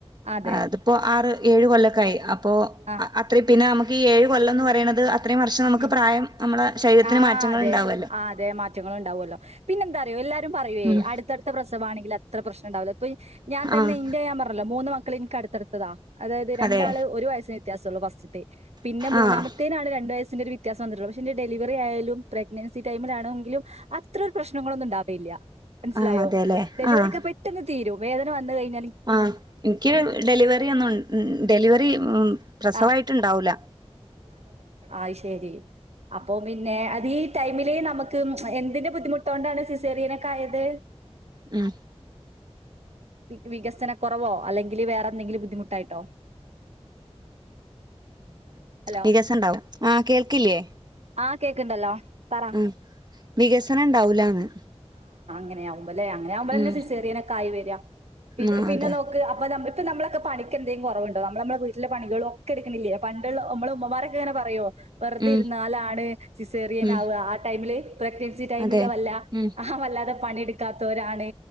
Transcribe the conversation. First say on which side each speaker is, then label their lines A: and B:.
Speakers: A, on the right (about 75°); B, on the right (about 40°).
A: അതെ
B: അതിപ്പോ ആറ് ഏഴ് കൊല്ലക്കായി അ പ്പോ
A: ആഹ്
B: അത്രയും പിന്നെ നമു ക്കീ ഏഴ് കൊല്ലം ന്ന് പറിണത് അ ത്രയും വർഷം നമുക്ക്
A: ഉം.
B: പ്രായം നമ്മളെ ശരീരത്തിന്
A: ആഹ്
B: മാറ്റങ്ങൾ
A: അതെ
B: ഉണ്ടാവ
A: ആഹ് അതെ മാറ്റങ്ങള് ഉണ്ടാവൊല്ലോ. പിന്നെന്താറിയോ എല്ലാരും പറയുവെ
B: ഉം
A: അടുത്തടുത്ത പ്രസവാണെങ്കില് അത്ര പ്രശ്നം ണ്ടാവില്ല പോയ്‌ ഞാൻ തന്നെ
B: ആഹ്
A: ഇന്റെ ഞാൻ പറഞ്ഞല്ലോ മൂന്ന് മക്കളിൻക്ക് അടുത്തടുത്തതാ അതായത് രണ്ടാള്
B: അതെ
A: ഒരു വയസ്സിന് വ്യത്യാസം ഒള്ളൂ ഫസ്റ്റ് ത്തെ. പിന്നെ മൂന്നാമത്തേനാണ്
B: ആഹ്
A: രണ്ട് വയസ് ൻ്റാര് വിത്യാസം വന്നിട്ടൊള്ളു പക്ഷെ ന്റെ ഡെിവറി യായാലും പ്രഗ്നൻസി ടൈമിലാണെങ്കിലും അത്ര ഒരു പ്രശ്നങ്ങളൊന്നും ഉണ്ടാവേല്ല മനസ്സിലായോ
B: ആഹ് അതെല്ലേ
A: ഡെലിവറിക്കെ
B: ആഹ്
A: പെട്ടന്ന് തീരു വേദന വന്ന് കഴിഞ്
B: ആഹ് ഇൻക്ക് ഡെലിവറി അന്നും ഡെലിവറി പ്രസവായിട്ട്
A: ആ
B: ഇണ്ടാവൂലാ
A: അഹ് ശെരി അപ്പൊ പിന്നെ അത് ഈ ടൈമില് നമക്ക് എന്തിന്റെ ബുദ്ധിമുട്ടോണ്ടാണ് സിസേറിയനൊക്കെ ആയത്
B: ഉം
A: വി വികസനക്കൊറവോ അല്ലെങ്കില് വേറെന്തെങ്കിലും ബുദ്ധിമുട്ടായിട്ടോ ഹലോ
B: വികസം ഇണ്ടാവൂ ആഹ് കേൾക്കില്ലേ
A: ആഹ് കേക്ക്ണ്ടല്ലോ പറ
B: ആ വികസനം ഉണ്ടാവൂലാന്ന്
A: അങ്ങനെയാവും അല്ലെ അങ്ങനെ ആവുമ്പോളന്നെ
B: ഉം
A: സിസേറിയനോക്കെ ആയിവ യ്യ പിന്നെ
B: ആ
A: പിന്നെ
B: അതെ
A: നോക്ക് അപ്പൊ ഞ ഇപ്പൊ നമ്മളെ പണിക്കെന്തങ്കും കുറവ്ണ്ടോ നമ്മള് ള് വീട്ടിലെ പണികളും ഒക്കെ എടുക്കുന്നില്ലേ പണ്ടള്ള മ്മള് ഉമ്മമാരൊക്കെ ഇ പറയോ വെറുതെ
B: ഉം
A: ഇരുന്നാലാണ് സിസേറിയൻ
B: ഉം
A: ആവ്വ ആ ടൈമില് പ്രഗ്നൻസി ടൈമില്
B: അതെ
A: വല്ല
B: ഉം
A: വല്ലാതെ പണിഎടുക്കാത്തവരാണ്